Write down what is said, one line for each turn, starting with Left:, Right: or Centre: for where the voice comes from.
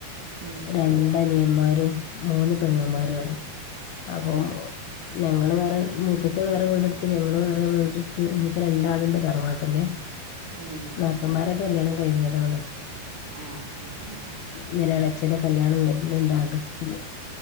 Right: ഉം
Left: രണ്ടനിയന്മാരും മൂന്ന് പെങ്ങന്മാരണ്
Right: ഉം
Left: അപ്പൊ
Right: ആഹ്
Left: മൊ ഞങ്ങളൾ വേറെ മുത്തച്ചൻ വേറെ വീടെടുത്ത് ഞങ്ങൾ വേറെ ടുത്ത് ഇനിയിപ്പോ രണ്ടാളുണ്ട് തറവാട്ടല്
Right: ഉം
Left: നാത്തൂൻമാരെ കല്യാണം കഴിഞ്ഞതാണ്
Right: ആഹ് ആ ആഹ് ആഹ്
Left: ഞൊരെള ച്ചന്റെ കല്യാണം വരന്ണ്ട് ആഗസ്റ്റ്‌ ല്